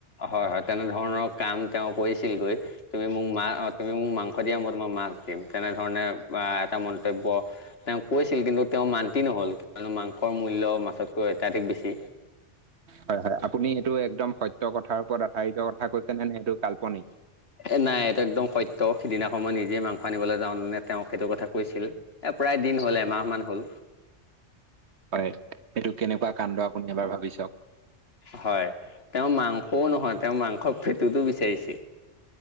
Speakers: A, on the left; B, on the right.
A: হয় হয় তেনেধৰণৰ কাম তেওঁ কৰিছিলগৈ, তুমি মোক মা অ', তুমি মোক মাং স দিয়া মই তোমাক মাছ দিম তেনেধৰণে বা এটা মন্তব্য তেওঁ কৈছিল কিন্তু তেওঁ মান্তি নহ'ল। কিয়নো মাংসৰ মূল্য মাছতকৈ অত্যাধিক বেছি।
B: হয় হয় আপুনি এইটো একদম সত্য কথাৰ ওপৰত আধাৰিত কথা কৈছে নে নে এইটো কাল্পনিক।
A: এ নাই এইটো একদম সত্য সিদিনাখন মই নিজে মাংস আনিবলৈ যাওঁ তেনে তেওঁ সেইটো কথা কৈছিল, এ প্ৰায় দিন হ'ল এমাহ মান হ'ল।
B: হয় এইটো কেনেকুৱা কাণ্ড আপুনি এবাৰ ভাবি চাওঁক।
A: হয় তেওঁ মাংসও নহয় তেওঁ মাংস পেটোতো বিচাৰিছিল।